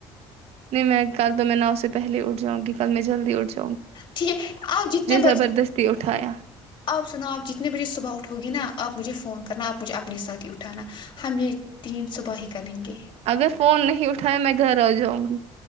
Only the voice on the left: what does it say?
ٹھیک ہے آپ جتنے بجے
آپ سنو آپ جتنے بجے صبح اٹھو گی نا آپ مجھے فون کرنا آپ مجھے اپنے ساتھ ہی اٹھانا ہم یہ تین صبح ہی کریں گے